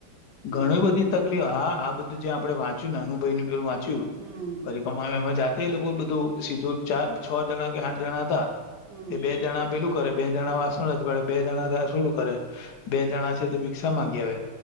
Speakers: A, on the left; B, on the right.
A: ઘણી
B: એવું
A: બધી
B: બધું કરવું
A: તકલીફ
B: પડે
A: હા આ બધું જે આપડે વાંચ્યું ને અનુભાઈ નું પેલું વાંચ.
B: હમ
A: િકમામે જાતે લોકો બધું સીધું ચાર છ જણા કે આઠ જણા હતા
B: હમ
A: તે બે જણા પેલું કરે બે જણા વાસણ જ પડે બે જણા સોડું કરે બે જણા છે તે રિક્ા માંગી આવે